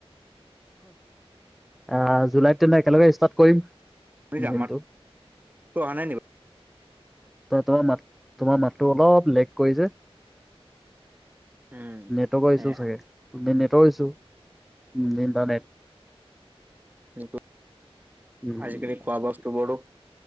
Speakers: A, in the centre; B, on the right (about 15°).
A: আহ জুলাইত তেনে একেলগে ষ্টাৰ্ট কৰিম।
B: <unintelligible>
A: জিমটো
B: মাত টো অহা নাই নি বা
A: ত-ত মাত তোমাৰ মাতটো অলপ লেক কৰিছে।
B: উম
A: নেটৱৰ্কৰ ইছু
B: এ
A: চাগে, নে-নেট আঁতৰিছো উম, ইণ্টাৰনেট
B: কিন্তু
A: উম,
B: আজিকালি খোৱা বস্তু বোৰতো